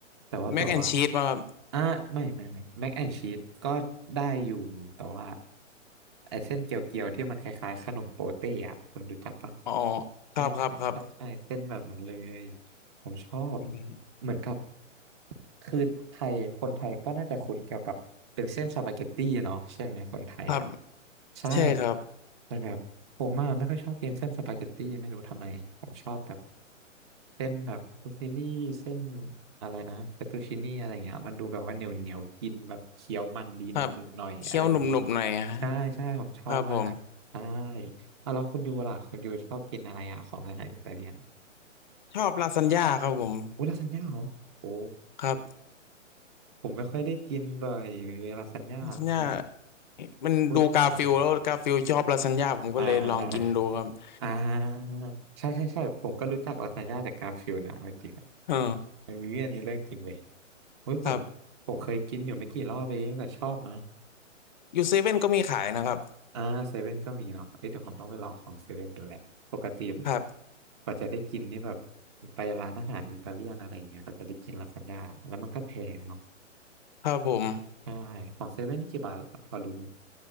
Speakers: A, on the right (about 20°); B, on the left (about 35°).
A: แต่ว่าแบบว่า
B: แมกแอนชีสมาครับ
A: อ่ะไม่ไม่ไม่แม็กแอนชีสก็ได้อยู่แต่ว่าไอ้เส้นเกลียวๆที่มันคล้ายๆขนมโปเต้อะคุณรู้จักปะ
B: อ๋อครับครับครับ
A: ใช่ใช่ใช่ใช่เป็นแบบนั้นเลยผมชอบ
B: อืม
A: เหมือนกับคือไทยคนไทยก็น่าจะคุ้นเกี่ยวกับเป็นเส้นสปาเกตตี้เนาะใช่ไหมคนไทยอ่ะ
B: ครับ
A: ใช่
B: ใช่ครับ
A: แต่แบบผมอะไม่ค่อยชอบกินเส้นสปาเกตตี้ไม่รู้ทำไมผมชอบแบบเส้นแบบฟูซิลี่เส้นอะไรนะเฟตตูชินี่อะไรเงี้ยมันดูแบบว่าเหนียวเหนียวกินแบบเคี้ยวมันดีหนึบหนึบหน่อยอะไรอย่างนี้
B: ครับเคี้ยวหนุบๆหน่อยฮะ
A: ใช่ใช่ผมชอบมากใช่
B: ครับผม
A: อ่ะแล้วคุณยูล่ะคุณยูชอบกินอะไรอ่ะของอาหารอิตาเลียน
B: ชอบลาซานญ่าครับผม
A: อุ้ยลาซานญ่าเหรอโอ้
B: ครับ
A: ผมไม่ค่อยได้กินบ่อยเลยลาซานญ่าอุ๊ย
B: ลาซานญ่ามันดูกาฟิลแล้วกาฟิลชอบลาซานญ่าผมก็เลยลองกินดูครับ
A: พูดถึงไปอยากลองอ่า
B: <laughs>
A: อ่าใช่ใช่ใช่ผมก็รู้จักลาซานญ่าจากกาฟิลด์นะเอาจริงอะ
B: เอ๋อ
A: อันนี้อันนี้เรื่องจริงเลยเฮ้ยผมผมเคยกินอยู่ไม่กี่รอบเองแต่ชอบนะ
B: ครับอยู่เซเว่นก็มีขายนะครับ
A: อ่าเซเว่นก็มีเนาะเอ้ยเดี๋ยวผมต้องไปลองของเซเว่นดูแหละปกติแบบ
B: ครับ
A: กว่าจะได้กินนี่แบบไปร้านอาหารอิตาเลียนอะไรอย่างเงี้ยก็จะได้กินลาซานญ่าแล้วมันก็แพงเนาะ
B: ครับผม
A: ใช่ของเซเว่นนี่กี่บาทล่ะครับพอรู้ไหม